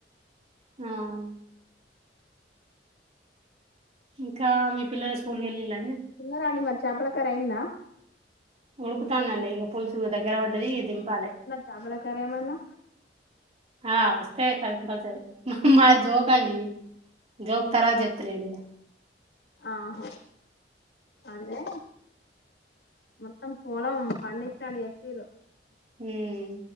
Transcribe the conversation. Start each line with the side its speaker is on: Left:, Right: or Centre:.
Right: హ్మ్ ఇంకా మీ పిల్లల స్కూల్ కి వెళ్ళిళండి
Left: తిన్నారా అండి మరీ చేపల కర్రీ అయిందా
Right: ఉడుకుతాందండి ఇగ పులుసు దగ్గర పడ్డది దింపాలె.
Left: చాపల కర్రీ ఏం అయినా
Right: ఆ వస్తాయి కంపల్సరి మా మా జోక అండి జోక్ తర్వాత చెప్తలేండి ఇగ
Left: ఆహా అందే మొత్తం పోలం పండించిన్నట్టు చెప్పిరు
Right: మ్మ్